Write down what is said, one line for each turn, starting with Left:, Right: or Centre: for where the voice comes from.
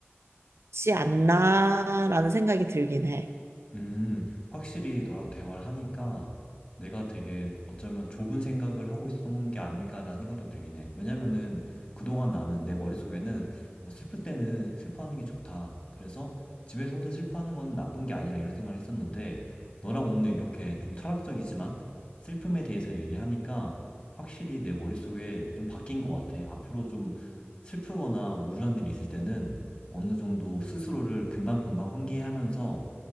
Right: 같지 않나라는 생각이 들긴 해.
Left: 음, 확실히 너랑 대화를 하니까 내가 되게 어쩌면 좁은 생각을 하고 있었던 게 아닐까라는 생각도 들긴 해. 왜냐면은 그동안 나는 내 머릿속에는 뭐 슬플 때는 슬퍼하는 게 좋다. 그래서 집에서 혼자 슬퍼하는 건 나쁜 게 아니라 이런 생각을 했었는데 너랑 오늘 이렇게 좀 철학적이지만 슬픔에 대해서 얘기하니까 확실히 내 머릿속에 좀 바뀐 것 같아. 앞으로 좀 슬프거나 우울한 일이 있을 때는 어느 정도 스스로를 금방금방 환기하면서